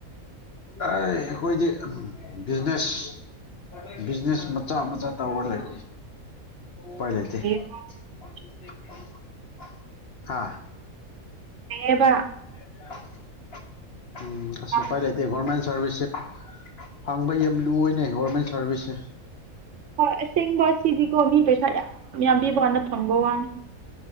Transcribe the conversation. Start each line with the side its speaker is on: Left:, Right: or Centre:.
Left: ꯑꯩ ꯑꯩꯈꯣꯏꯗꯤ ꯕꯤꯖꯤꯅꯦꯁ ꯕꯤꯖꯤꯅꯦꯁ ꯃꯖꯥ ꯃꯖꯥ ꯇ ꯑꯣꯔ ꯂꯩ ꯄꯥꯏꯂꯗꯤ
Right: <inaudible>
Left: <inaudible> ꯍꯥꯥ
Right: ꯑꯦꯕ
Left: <inaudible> ꯎꯝ ꯑꯩꯁꯨ
Right: ꯌꯥꯝ
Left: ꯎꯄꯥꯏ ꯂꯩꯇꯦ ꯒꯣꯔꯃꯦꯟ ꯁꯥꯔꯚꯤꯁꯁꯦ ꯐꯪꯕꯩ ꯌꯥꯝ ꯂꯨꯏꯅꯦ ꯒꯣꯔꯃꯦꯟ ꯁꯥꯔꯚꯤꯁꯁꯦ
Right: ꯍꯣꯏ ꯑꯁꯦꯡꯕ ꯁꯤꯁꯤꯀꯣ ꯃꯤ ꯄꯩꯁꯥ ꯌꯥꯝ ꯌꯥꯝꯕꯤꯕ ꯀꯥꯟꯗ ꯐꯪꯕ ꯋꯥꯅꯤ